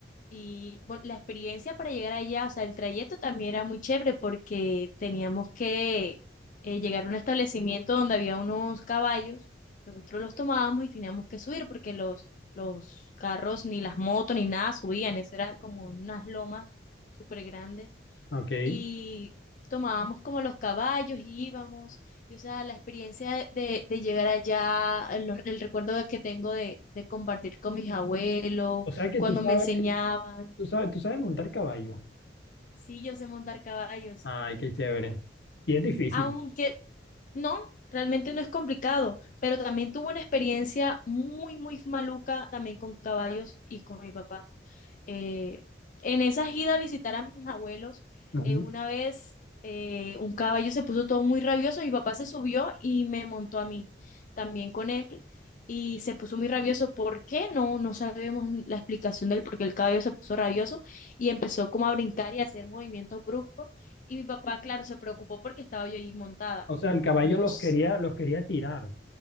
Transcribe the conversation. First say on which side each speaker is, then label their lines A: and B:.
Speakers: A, on the left (about 45°); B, on the left (about 70°).
A: y bueno, la experiencia para llegar allá, o sea, el trayecto también era muy chévere porque teníamos que eh, llegar a un establecimiento donde había unos caballos, nosotros los tomábamos y teníamos que subir porque los, los carros, ni las motos, ni nada subían, eso eran como unas lomas súper grandes.
B: ok.
A: Y tomábamos como los caballos, y íbamos, y o sea, la experiencia de, de llegar allá, el, el recuerdo que tengo de, de compartir con mis abuelos,
B: O sea que
A: cuando
B: tú sabes,
A: me enseñaban.
B: tú sabes, tú sabes montar caballo.
A: Sí, yo sé montar caballos.
B: Ay, qué chévere. Y es difícil.
A: Aunque no, realmente no es complicado, pero también tuve una experiencia muy, muy maluca también con caballos y con mi papá. Eh, en esa ida a visitar a mis abuelos,
B: Ujú.
A: eh, una vez eh, un caballo se puso todo muy rabioso, mi papá se subió y me montó a mí también con él y se puso muy rabioso. ¿Por qué? No, no sabemos ni la explicación del por qué el caballo se puso rabioso y empezó como a brincar y a hacer movimientos bruscos y mi papá, claro, se preocupó porque estaba yo ahí montada
B: O sea, el caballo
A: nos,
B: los quería, los quería tirar.